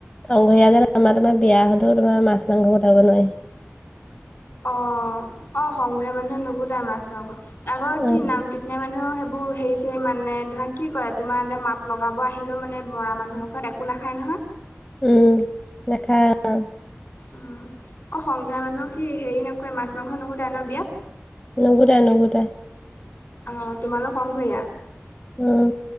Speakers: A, on the left; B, on the left.
A: শংকৰীয়া যে আমাৰ তোমাৰ বিয়া হ'লেও তোমাৰ মাছ মাংস গোটাব নোৱাৰি।
B: অ' অ শংকৰীয়া মানুহে নুগুতাই মাছ মাংস আগৰ
A: উম
B: কি নাম <unintelligible> মানুহেও সেইবোৰ হেৰি-চেৰি মানে ধৰা কি কয় তোমাৰ এতিয়া মাত লগাব আহিলেও মানে মৰা মানুহৰ ঘৰত একো একো নাখায় নহয়।
A: উম, নেখায় <unintelligible>
B: উম, অ' সংঘীয়া মানুহ কি হেৰি নকৰে, মাছ-মাংস নুগুটায় ন' বিয়াত?
A: নুগুটায় নুগুটায়।
B: অ', তোমালোক সংঘইয়া?
A: উম